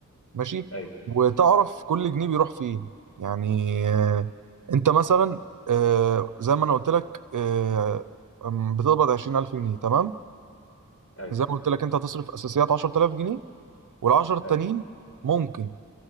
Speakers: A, on the right (about 70°); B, on the left (about 45°).
A: ماشي
B: ايوه
A: وتعرف كل جنيه بيروح فين يعني آه، انت مثلا آه، زي ما انا قلت لك آه، أم، بتقبض 20000 جنيه تمام
B: ايوه
A: زي ما قلت لك انت هتصرف اساسيات 10000 جنيه وال10 التانيين
B: ايوه
A: ممكن